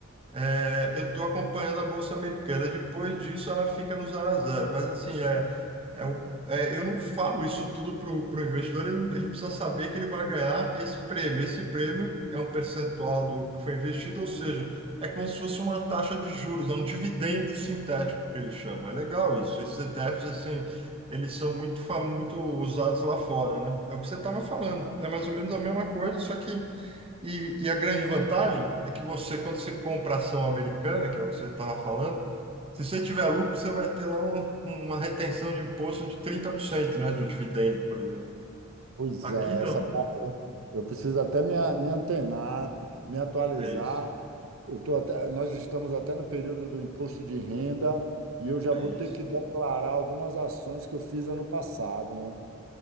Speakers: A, on the right; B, on the right.
A: é, eu estou acompanhando a Bolsa Americana. Depois disso, ela fica no zero a zero. Mas, assim, é, é, um- é, eu não falo isso tudo para o investidor. Ele, não- ele precisa saber que ele vai ganhar esse prêmio. Esse prêmio é um percentual do que foi investido, ou seja, é como se fosse uma taxa de juros, é um dividendo sintético que ele chama. É legal isso. Esses ETFs, assim, eles são muito, fa- muito usados lá fora, né? É o que você estava falando. É mais ou menos a mesma coisa, só que e, e a grande vantagem é que você, quando você compra ação americana, que é o que você estava falando, se você tiver lucro, você vai ter lá um- uma retenção de imposto de 30% né, do dividendo, por exemplo.
B: Pois
A: Aqui
B: é, essa
A: não.
B: parte eu eu preciso até me, a- me antenar, me atualizar.
A: É isso.
B: Eu tô até, nós estamos até no período do imposto de renda e eu já
A: É
B: vou
A: isso.
B: ter que declarar algumas ações que eu fiz ano passado, né?